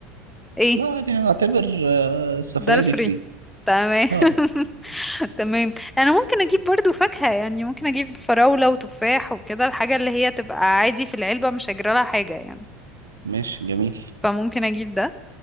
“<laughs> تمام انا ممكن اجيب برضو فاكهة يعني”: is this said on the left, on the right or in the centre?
Centre